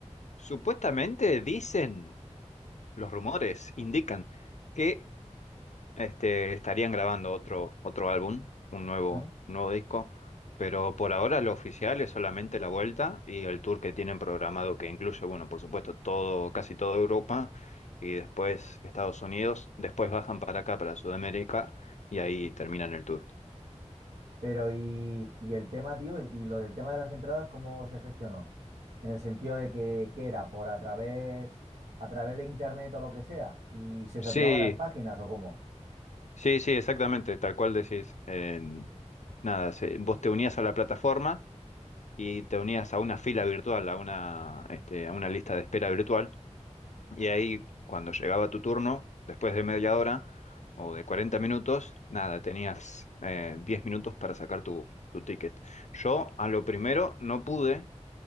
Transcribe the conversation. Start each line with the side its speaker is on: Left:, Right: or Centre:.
Left: Supuestamente dicen, los rumores indican que este, estarían grabando otro, otro álbum, un nuevo,
Right: ¿Mm?
Left: nuevo disco, pero por ahora lo oficial es solamente la vuelta y el tour que tienen programado que incluye, bueno, por supuesto, todo, casi toda Europa y después Estados Unidos, después bajan para acá, para Sudamérica y ahí terminan el tour.
Right: Pero y, y el tema, tío, y lo del tema de las entradas, ¿cómo se gestionó? En el sentido de que, ¿qué era? ¿Por a través, a través de internet o lo que sea? ¿Y se
Left: Sí,
Right: saturaban las páginas o cómo?
Left: sí, sí, exactamente, tal cual decís. Em, nada, se- vos te unías a la plataforma. y te unías a una fila virtual, a una, este, a una lista de espera virtual, y ahí cuando llegaba tu turno, después de media hora o de 40 minutos, nada, tenías eh, 10 minutos para sacar tu, tu ticket. Yo a lo primero no pude